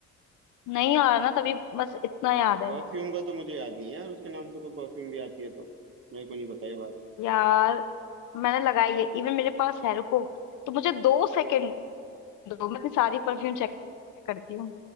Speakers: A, on the left; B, on the right.
A: नहीं आ रहा ना तभी बस इतना याद है
B: परफ्यूम का तो मुझे याद नहीं है यार उसके नाम से कोई परफ्यूम भी आती है तो मेरे को नहीं पता ये बात
A: यार मैंने लगाई है इवन मेरे पास है रुको तो मुझे दो सेकंड दो मैं अपनी सारी परफ्यूम चेक करती हूँ